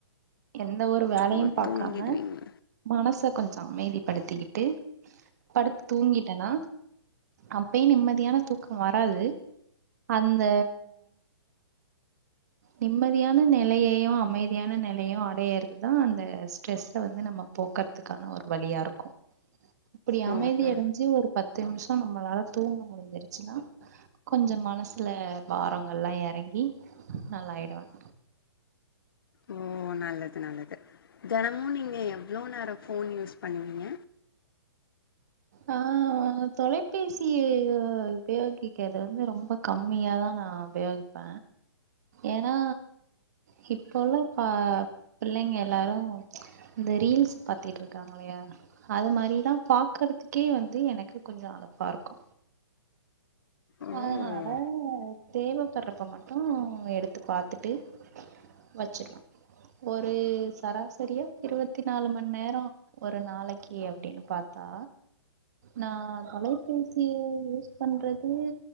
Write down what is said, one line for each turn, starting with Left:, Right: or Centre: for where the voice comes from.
Right: எந்த ஒரு வேலையும்
Left: ஓ
Right: பாக்காம
Left: தூங்கிடுவீங்க
Right: மனச கொஞ்ச அமைதிபடுத்திகிட்டு படுத்து தூங்கிட்டனா அப்பயு நிம்மதியான தூக்க வராது அந்த நிம்மதியான நெலையையு அமைதியான நெலையையு அடையற்து தா அந்த ஸ்ட்ரெஸ்ஸ வந்து நம்ம போக்க துக்கான ஒரு வழியாருக்கு இப்டி அமைதி
Left: ஓஹோ
Right: அடஞ்சு ஒரு பத்து நிமிஷ ப்ப நம்பளால தூங்க முடிஞ்சிருச்சுனா கொஞ்சோ மனசுல பாரம் நல்லா எறங்கி நல்லா ஆயிடுவாங்
Left: ஓ நல்லது நல்லது தெனமு நீங்க எவ்ளோ நேரொ ஃபோன் யூஸ் பண்ணுவீங்க
Right: அ அ தொலைபேசி உபயோகிக்கிறது ந்து ரொம்ப கம்மியா தா நா உபயோகி ப ஏனா ஹிப்போலா ப பிள்ளைங்க எல்லாரு இந்த ரீல்ஸ் பாத்திட்டுருக்காங்க இல்லையா அது மாரி லா பாக்கறதுக்கே வந்து எனக்கு கொஞ்சோ அலுப்பா இருக்கு
Left: ஓ
Right: அதனால தேவைப்பட்றப்ப மட்டு எடுத்து பாத்துட்டு வச்சுருவே ஒரு சராசரியா இருவத்தி நாலு மண் நேரோ ஒரு நாளைக்கு அப்டின்னு பாத்தா நா அலைபேசிய யூஸ் பண்றது